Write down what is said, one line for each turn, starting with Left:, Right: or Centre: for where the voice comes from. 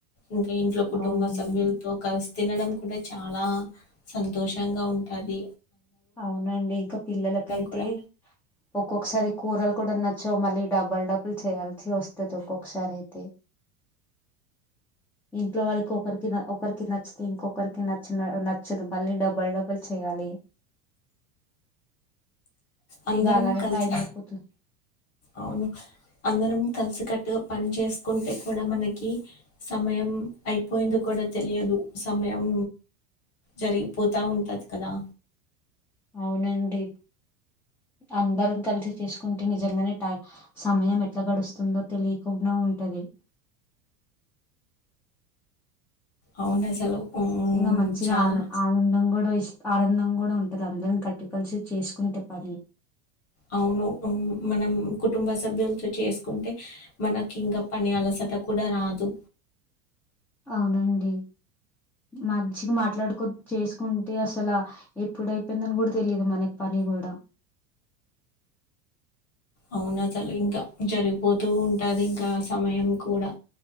Left: ఇంకా ఇంట్లో కుటుంబ
Centre: అవునండి
Left: సభ్యులతో కలిసి తినడం కూడా చాలా సంతోషం షంగా ఉంటాది
Centre: అవునండి ఇంకా పిల్లలకైతే
Left: కూడా
Centre: ఒక్కొక్కసారి కూరలు కూడా నచ్చవ్ మళ్ళీ డబల్ డబల్ చేయాల్సి వస్తది ఒక్కొక్కసారి అయితే ఇంట్లో వాళ్ళకి ఒకరికి ఒకరికి నచ్చితే ఇంకొకరికి నచ్చ నచ్చదు మళ్ళీ డబల్ డబల్ చెయాలి.
Left: అందరం
Centre: ఇక అలానే
Left: కలిసి
Centre: టైం అయిపోతుంది
Left: అవును అందరం కలిసి కట్టుగా పని చేసుకుంటే కూడా మనకి సమయం అయిపోయింది కూడా తెలియదు సమయం జరిగిపోతా ఉంటుంది కదా
Centre: అవునండి అందరం కలిసి చేసుకుంటే నిజంగానే టై సమయం ఎట్లా గడుస్తుందో తెలియకుండా ఉంటది
Left: అవును అసలు ఉమ్,
Centre: ఇంగ మంచిగా
Left: చాలా
Centre: ఆన ఆనందం కూడా ఇష్ ఆనందం కూడా ఉంటది అందరం కట్టు కలిసి చేసుకుంటే పని
Left: అవును ఉమ్ మనం కుటుంబ సభ్యులతో చేసుకుంటే మనకి ఇంగ పని అలసట కూడా రాదు
Centre: అవునండి మంచి మాట్లాడుకో చేసుకుంటే అసల ఎప్పుడయిపోయిందని కూడా తెలిదు మనకి పని కూడా
Left: అవును అసలు ఇంకా జరిగిపోతూ ఉంటాది ఇంకా సమయం కూడా